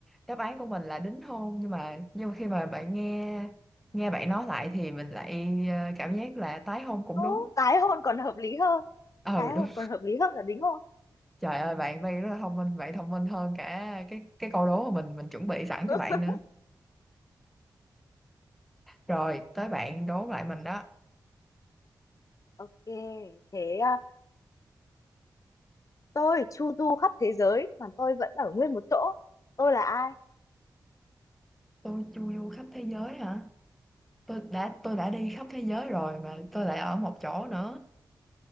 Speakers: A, in the centre; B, on the left.
A: đáp án của mình là đính hôn nhưng mà nhưng mà khi mà bạn nghe nghe bạn nói lại thì mình lại ờ, cảm giác là tái hôn cũng
B: Ồ,
A: đúng.
B: tái hôn còn hợp lý hơn
A: Ừ
B: tái hôn
A: đúng.
B: còn hợp lý hơn là đính hôn
A: Trời ơi bạn bạn rất là thông minh, bạn thông minh hơn cả cái cái câu đố mà mình mình chuẩn bị sẵn
B: <laughs>
A: cho bạn nữa. Rồi, tới bạn đố lại mình đó.
B: ok thế à, tôi chu du khắp thế giới mà tôi vẫn ở nguyên một chỗ tôi là ai
A: Tôi chu du khắp thế giới hả? tôi đã tôi đã đi khắp thế giới rồi mà tôi lại ở một chỗ nữa